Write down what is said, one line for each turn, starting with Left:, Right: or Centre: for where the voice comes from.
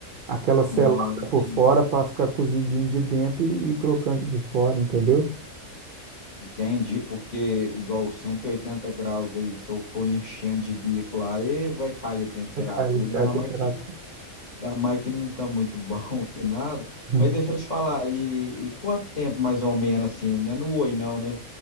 Right: aquela selada
Left: Não, eu entendi.
Right: por fora para ficar cozidinho de dentro e e crocante de fora, entendeu?
Left: Entendi, porque igual 180 graus aí, se eu for enchendo de bife lá, eh, vai cair a temperatura,
Right: Cai, cai
Left: ainda
Right: a
Left: mais
Right: temperatura.
Left: que, ainda mais que não tá muito <laughs> bom aqui nada.
Right: Uhum.
Left: Mas deixa eu te falar, e, e quanto tempo mais ou menos assim, né? Não oi não, né?